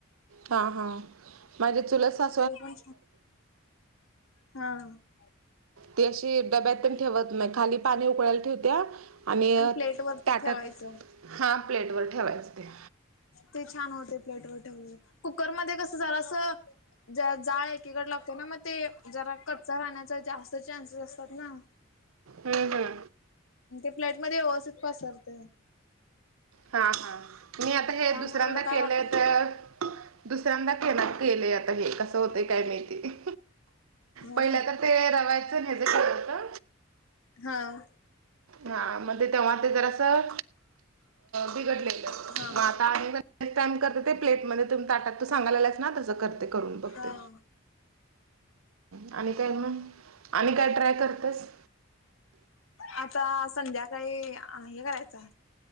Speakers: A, on the right (about 85°); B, on the left (about 75°).
A: हां, हां, माझे चुलत सा
B: ते पण हां.. <unintelligible>
A: ती अशी डब्यात पण ठेवत नाही. खाली पाणी उकळायला ठेवत्या. आणि
B: प्लेट वरती
A: ताटात
B: ठेवायचं
A: हां प्लेटवर ठेवायचं ते.
B: ते छान होते. प्लेट वर ठेवून कुकर मध्ये कसं जरास.. ज्या जाळ एकीकड लागतो. ना मग ते जरा कच्चा राहण्याचा जास्त चान्सेस असतात. ना
A: हम्म, हम्..
B: ते प्लेट मध्ये व्यवस्थित पसरते.
A: हां, हां, मी आता
B: त्यामुळे
A: हे दुसऱ्यांदा
B: एवढं काय
A: केलंय
B: वाटत
A: तर.. दुसऱ्यांदा के केलेय आता हे कसं होतंय काय माहिती..
B: हा
A: पहिल्यांदा <unintelligible> ते रवायचं का होत.
B: हां..
A: हां मण तेव्हा ते जर असं बिघडलेलं
B: हा
A: म आता आणि.. नेक्स्ट टाइम करते ते प्लेट ममध्ये त ताटात तू सांगायलायस ना तसं करते. करून <unintelligible> बघते,
B: हा
A: आणि काय मग आणि काय ट्राय करतेस.
B: आता संध्याकाळी हे करायचा..